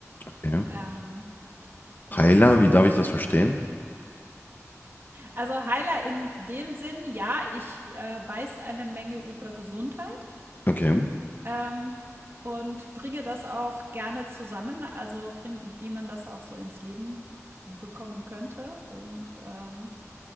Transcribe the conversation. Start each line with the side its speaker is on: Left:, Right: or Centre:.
Left: okay.
Right: Ähm, und
Left: Heiler, wie
Right: äh,
Left: darf ich das verstehen?
Right: also Heiler in dem Sinn, ja, ich äh, weiß eine Menge über Gesundheit.
Left: Okay.
Right: ähm, und bringe das auch gerne zusammen, also bring, wie man das auch so ins Leben bekommen könnte. Und ähm,